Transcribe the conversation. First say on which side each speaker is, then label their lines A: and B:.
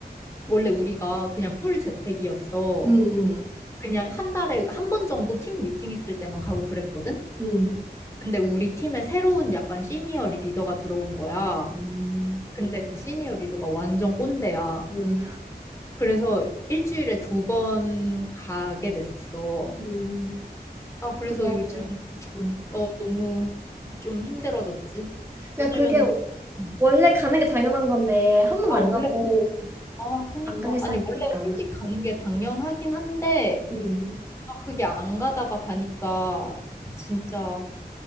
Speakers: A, on the left; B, on the right.
A: 원래 우리가 그냥 풀 재택이었어.
B: 응, 응,
A: 그냥 한 달에 한 번 정도 팀 미팅 있을 때만 가고 그랬거든?
B: 응,
A: 근데 우리 팀에 새로운 약간 시니어 리더가 들어온 거야.
B: 응,
A: 근데 그 시니어 리더가 완전 꼰대야.
B: 응,
A: 그래서 일주일에 두 번 가게 됐어.
B: 응.
A: 아, 그래서
B: 그거
A: 요즘
B: 그냥. 응.
A: 어 너무 좀 힘들어졌지.
B: 그러니까
A: 왜냐면은
B: 그게
A: 음.
B: 원래 가는 게 당연한 건데 한 번
A: 아
B: 안
A: 원래
B: 가고
A: 그아 그니까
B: 안 가기 시작하니까.
A: 아니 원래 솔직히 가는 게 당연하긴 한데
B: 음.
A: 아 그게 안 가다가 가니까 진짜